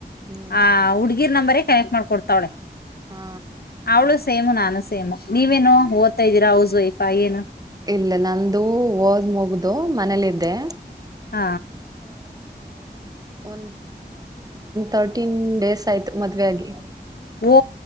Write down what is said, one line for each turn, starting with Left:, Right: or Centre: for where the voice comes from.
Right: ಹ್ಮ್
Left: ಆ ಹುಡ್ಗಿರ್ ನಂಬರೇ ಕನೆಕ್ಟ್ ಮಾಡ್ಕೊ ಕೊಡ್ತಾವಳೆ
Right: ಹ
Left: ಅವಳು ಸೇಮು ನಾನು ಸೇಮು ನೀವೇನು ಓದತಾ ಇದ್ದೀರಾ ಹೌಸ್ ವೈಫಾ ಏನು
Right: ಇಲ್ಲ ನಂದು ಓದ್ ಮುಗ್ದು ಮನೇಲ್ಲಿದ್ದೆ
Left: ಹ
Right: ಒಂದ್ ತರ್ಟೀನ್ ಡೇಸ್ ಆಯ್ತು ಮದ್ವೆ ಆಗಿ
Left: ಓ